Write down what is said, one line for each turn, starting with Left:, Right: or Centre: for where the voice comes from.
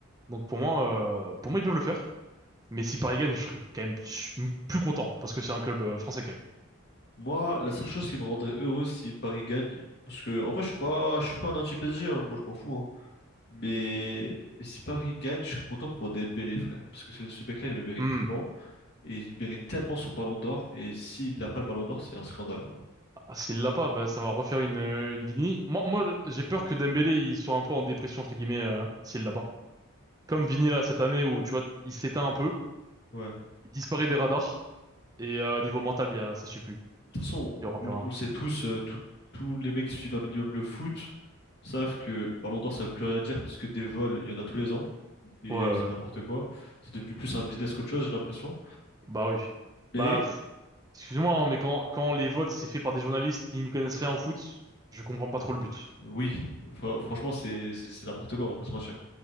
Right: Donc pour moi, euh, pour moi ils peuvent le faire. Mais si Paris gagne, je serais quand même plus content parce que c'est un club euh, français quand
Left: Moi, la seule chose qui me rendrait heureux si Paris gagne, parce que en vrai, je suis pas, je suis pas un anti-PSG, hein, moi je m'en fous. hein. Mais, mais si Paris gagne, je serais content pour Dembélé, frère, parce que ce, ce mec-là, il le mérite
Right: même.
Left: tellement, et il mérite tellement son ballon d'or, et s'il n'a pas le ballon d'or, c'est un scandale. vraiment.
Right: Ah, s'il l'a pas, bah, ça va refaire une, euh, une Vini. Moi, moi, j'ai peur que Dembélé, il soit un peu en dépression, entre guillemets, euh, s'il l'a pas. Comme Vini, là, cette année où, tu vois, il s'éteint un peu,
Left: Ouais. De
Right: il disparaît des radars, et euh, niveau mental, il y a, ça suit plus.
Left: toute façon,
Right: Il y aura
Left: on,
Right: plus rien.
Left: on le sait tous, euh, tout- tous les mecs qui suivent un minimum le foot savent que le ballon d'or, ça veut plus rien dire parce que des vols, il y en a tous les ans, et
Right: Ouais, ouais,
Left: c'est n'importe
Right: ouais.
Left: quoi. C'est devenu plus un business qu'autre chose, j'ai l'impression.
Right: bah oui.
Left: Mais
Right: Bah, pff, excuse-moi, hein, mais quand, quand les votes, c'est fait par des journalistes qui n'y connaissent rien au foot, je comprends pas trop le but.
Left: Oui, Fra- franchement, c'est c'est- c'est n'importe quoi, on va pas se mentir.